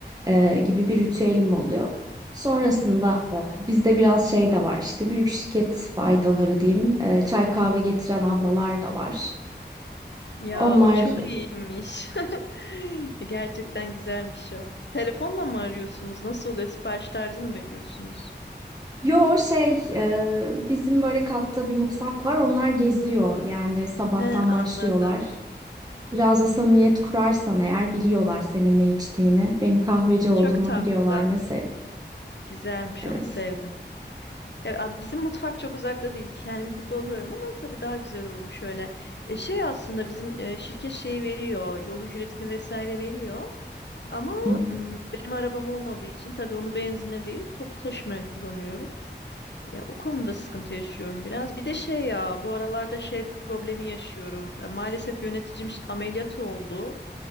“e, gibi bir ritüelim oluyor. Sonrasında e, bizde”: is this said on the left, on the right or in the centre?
Right